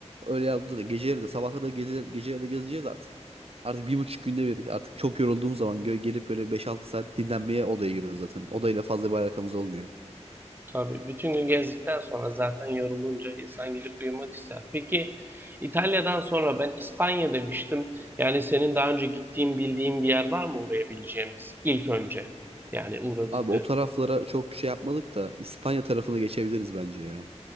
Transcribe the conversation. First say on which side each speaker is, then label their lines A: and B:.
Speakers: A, on the right; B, on the right.
A: öyle yaptığımızda da geceleri de sabahları da gezer, geceleri de gezeceğiz artık. Artık bir buçuk günde bir artık çok yorulduğumuz zaman gö- gelip böyle beş altı saat dinlenmeye odaya giriyoruz zaten. Odayla fazla bir alakamız olmuyor.
B: Tabii. Bütün gün gezdikten sonra zaten yorulunca insan gidip uyumak ister. Peki İtalya'dan sonra ben İspanya demiştim. Yani senin daha önce gittiğin, bildiğin bir yer var mı uğrayabileceğimiz ilk önce? Yani uğra
A: Abi
B: eee,
A: o taraflara çok şey yapmadık da İspanya tarafına geçebiliriz bence ya.